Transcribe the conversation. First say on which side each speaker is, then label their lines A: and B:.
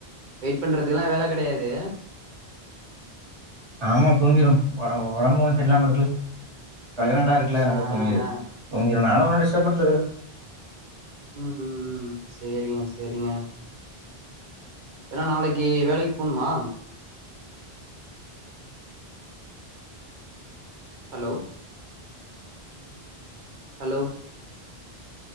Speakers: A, on the right (about 55°); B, on the right (about 30°).
A: வெயிட் பண்றதுக்கலா வேல கடையாது
B: ஆமா தூங்கிரு ஒடம்பு சரியல்லாம இருக்குல்ல ப்ரக்னன்டா இருக்குல்ல <unintelligible>
A: ஆ ஆ
B: தூங்கிது
A: ஆ.
B: தூங்கிரு நானு ஒன்னு டிஸ்ட்டப் பண்றது இல்ல
A: உ உ உ சேரிங்க சேரிங்க ஏன்னா நாளைக்கு வேலை போண்மா ஹலோ ஹலோ